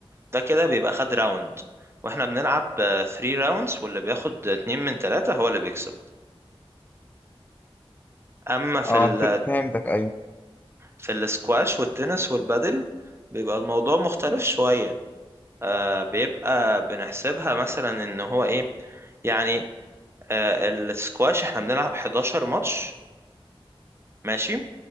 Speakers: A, on the right (about 25°); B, on the left (about 15°).
A: ده كده بيبقى خد راوند واحنا بنلعب 3 راوندز واللي بياخد اتنين من تلاتة هو اللي بيكسب اما في
B: اه
A: ال
B: ف- فهمتك أيوه
A: في السكواش والتنس والبادل بيبقى الموضوع مختلف شوية آه بيبقى بنحسبها مثلا ان هو ايه يعني آه السكواش احنا بنلعب 11 ماتش ماشي